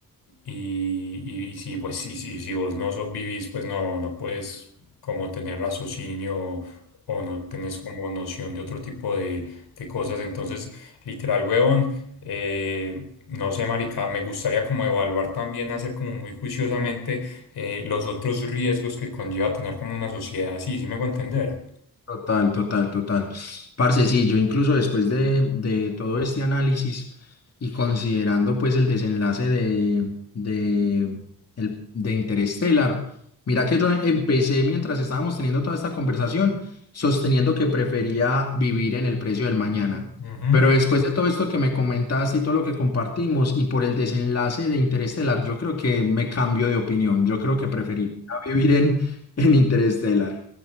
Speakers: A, on the left (about 85°); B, on the left (about 40°).
A: Y, y, y si, pues, si, si, si vos no sos vivís, pues no, no puedes como tener raciocinio o, o no tenés como noción de otro tipo de, de cosas. Entonces, literal, huevón, eh, no sé, marica, me gustaría como evaluar también, hacer como muy juiciosamente eh, los otros riesgos que conlleva tener como una sociedad así, ¿sí me hago entender?
B: Total, total, total. Parce, sí, yo incluso después de, de todo este análisis y considerando pues el desenlace de, de, el, de Interstellar, mira que yo empecé mientras estábamos teniendo toda esta conversación sosteniendo que prefería vivir en el precio del mañana.
A: Ujú.
B: Pero después de todo esto que me comentaste y todo lo que compartimos y por el desenlace de Interestelar, yo creo que me cambio de opinión. Yo creo que preferiría vivir en, en Interestelar.